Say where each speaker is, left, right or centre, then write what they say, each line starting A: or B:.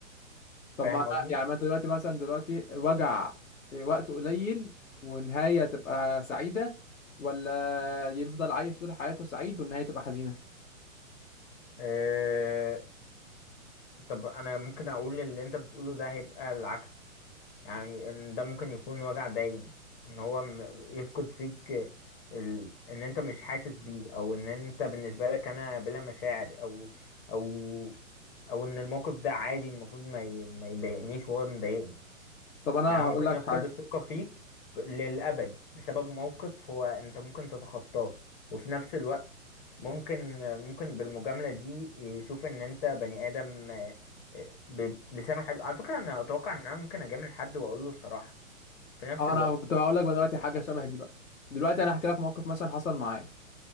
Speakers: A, on the left; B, on the left.
A: طب
B: فاهم
A: ما
B: قصدي
A: يعني ما انت دلوقتي مثلا دلوقتي الوجع وقت قليل ونهاية تبقى سعيدة ولا يفضل عايش طول حياته سعيد والنهاية تبقى حزينة
B: أه طب انا ممكن اقول اللي انت بتقوله ده هيبقى العكس يعني إن ده ممكن يكون وجع باين ان هو م- يفقد فيك ال... ان انت مش حاسس بيه او ان انت بالنسبة لك انا بلا مشاعر او او او ان الموقف ده عادي المفروض ما ي... ما يضايقنيش وهو مضايقني
A: طب انا
B: يعني هو
A: هقول
B: ممكن
A: لك
B: يفقد
A: حاجة
B: الثقة فيك ب- للأبد بسبب موقف هو أنت ممكن تتخطاه وفي نفس الوقت ممكن ممكن بالمجاملة دي يشوف إن أنت بني آدم آه، آه، ب- بلسانه حلو على فكرة أنا أتوقع إن أنا ممكن أجامل حد وأقول له الصراحة في نفس
A: اه
B: الوقت
A: انا كنت هقول لك بقى دلوقتي حاجة شبه دي بقى دلوقتي انا هحكي لك موقف مثلا حصل معايا